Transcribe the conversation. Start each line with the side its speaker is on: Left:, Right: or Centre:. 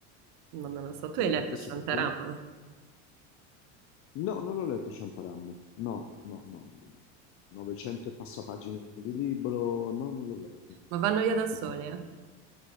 Right: Ma non lo so. Tu
Left: e-
Right: hai letto
Left: e questo
Right: Shantaram?
Left: perché? No, non l'ho letto Sciamparam. No, no, no, no. 900 e passa pagine di libro. No, non l'ho letto.
Right: Ma vanno via da sole,
Left: <laughs>
Right: eh?